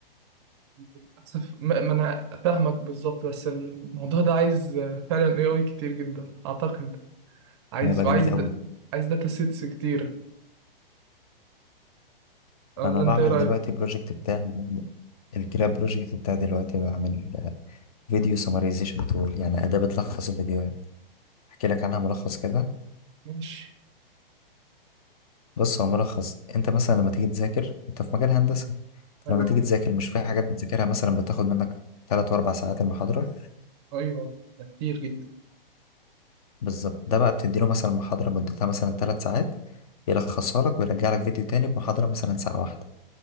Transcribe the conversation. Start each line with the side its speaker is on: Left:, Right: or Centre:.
Right: للأسف ما ما أنا فاهمك بالظبط بس الموضوع ده عايز آه، فعلا AI كتير جدا أعتقد عايز
Left: هيبقى
Right: وعايز
Left: جميل
Right: د...
Left: أوي
Right: عايز داتا سيتس كتيرة ولا
Left: أنا بعمل
Right: أنت إيه رأيك؟
Left: دلوقتي بروجكت بتاعي الجراب بروجكت بتاعي دلوقتي بعمل فيديو سمرايزيشن تول يعني أداة بتلخص الفيديوهات أحكي لك عنها ملخص كده
Right: ماشي
Left: بص هو ملخص أنت مثلا لما تيجي تذاكر أنت في مجال هندسة
Right: أيوه
Left: لما تيجي تذاكر مش في حاجات بتذاكرها مثلا بتاخد منك تلات وأربع ساعات المحاضرة
Right: أيوه ده كتير جدا
Left: بالظبط ده بقى بتديله مثلا محاضرة مدتها مثلا تلات ساعات يلخصها لك ويرجع لك فيديو تاني بمحاضرة مثلا ساعة واحدة